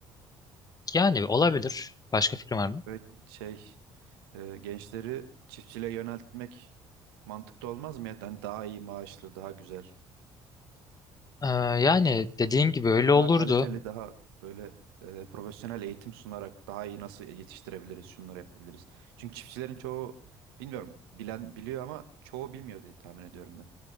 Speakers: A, on the left; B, on the right.
A: Yani olabilir. Başka fikrin var mı?
B: Ve şey e, gençleri çiftçiliğe yöneltmek mantıklı olmaz mı? Yani hani daha iyi maaşlı, daha güzel.
A: Ee, yani dediğin gibi öyle
B: Böyle
A: olurdu.
B: daha kaliteli, daha böyle e, profesyonel eğitim sunarak daha iyi nasıl yetiştirebiliriz, şunları yapabiliriz. Çünkü çiftçilerin çoğu bilmiyorum bilen biliyor ama çoğu bilmiyor diye tahmin ediyorum ben.